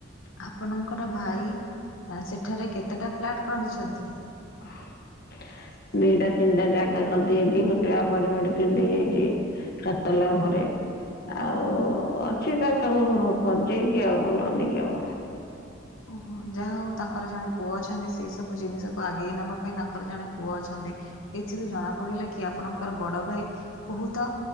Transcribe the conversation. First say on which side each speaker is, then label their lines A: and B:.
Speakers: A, on the left; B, on the left.
A: ଆପଣଙ୍କର ଭାଇ ସେଠାରେ କେତେଟା ଫ୍ଲାଟ୍ କରିଛନ୍ତି?
B: ଅ <unintelligible>
A: ହ <unintelligible>
B: ଦିଟା ତିନିଟା ଜାଗା କରିଦେଇଯାଇଛି। ଗୋଟେ ଆପାର୍ଟମେଣ୍ଟ କିଣି ଦେଇଯାଇଛି ଚାରିତାଲା ଉପରେ। ଆଉ ଅଛି ତା ସବୁ କରିଦେଇଚି ଆଉ ଭଲ ମନ୍ଦିକି ଆଉ।
A: ଓହୋ ଯାହା ହଉ ତାଙ୍କର ଜଣେ ପୁଅ ଅଛନ୍ତି ସେଇ ସବୁ ଜିନିଷକୁ ଆଗେଇ ନବା ପାଇଁ ତାଙ୍କର ଜଣେ ପୁଅ ଅଛନ୍ତି ଏଥିରୁ ଜଣା ପଡିଲେ କି ଆ ଆପଣଙ୍କର ବଡ ଭାଇ ବହୁତ